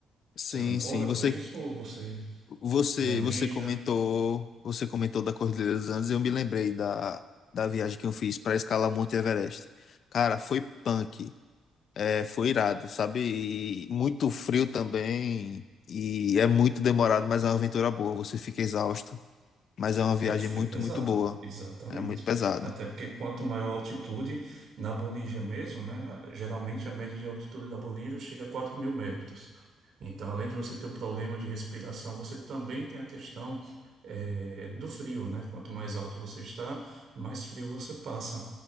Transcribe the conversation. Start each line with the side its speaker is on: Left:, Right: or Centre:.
Left: Sim,
Right: Você concorda
Left: sim. Você,
Right: com isso ou você
Left: você,
Right: planeja?
Left: você comentou, você comentou da Cordilheira dos Andes e eu me lembrei da, da viagem que eu fiz para escalar Monte Everest. Cara, foi punk. É, foi irado, sabe? E muito frio também. E é muito demorado, mas é uma aventura boa. Você fica exausto, mas é uma viagem
Right: É um frio
Left: muito,
Right: pesado,
Left: muito boa.
Right: exatamente.
Left: É muito pesada.
Right: Até porque quanto maior a altitude, na Bolívia mesmo, né? Geralmente a média de altitude da Bolívia chega a quatro mil metros. Então, além de você ter o problema de respiração, você também tem a questão eh, do frio, né? Quanto mais alto você está, mais frio você passa.